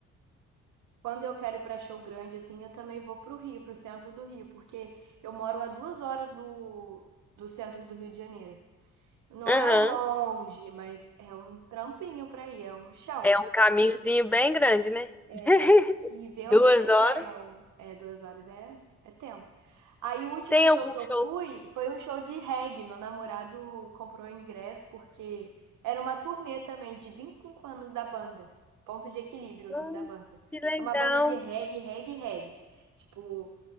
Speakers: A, on the right (about 75°); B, in the centre.
A: Quando eu quero ir pra show grande, assim, eu também vou pro Rio, pro centro do Rio, porque eu moro a duas horas do, do centro do Rio de Janeiro. Não
B: Aham.
A: é longe, mas é um trampinho pra ir, é um chão.
B: É um caminhozinho bem grande, né?
A: Aí
B: <laughs>
A: tem que ver
B: Duas
A: hotel.
B: horas.
A: É, duas horas é, é tempo. Aí o último
B: Tem
A: show
B: algum
A: que eu
B: show?
A: fui foi um show de reggae. Meu namorado comprou o ingresso porque era uma turnê também de 25 anos da banda. Ponto de Equilíbrio, o nome
B: Ai,
A: da banda.
B: que legal.
A: É uma banda de reggae, reggae, reggae. Tipo,